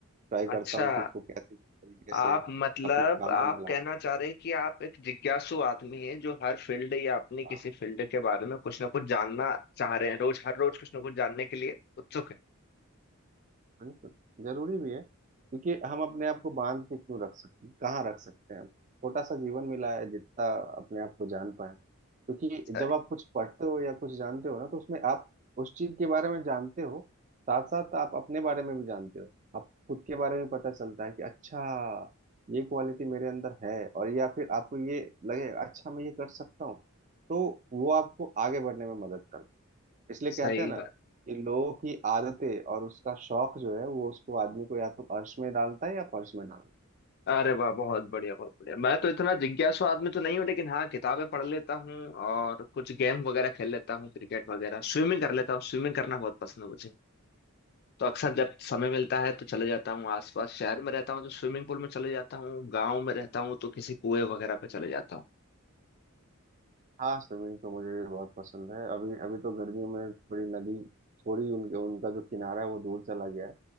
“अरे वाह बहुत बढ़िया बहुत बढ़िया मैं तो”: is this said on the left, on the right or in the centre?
Left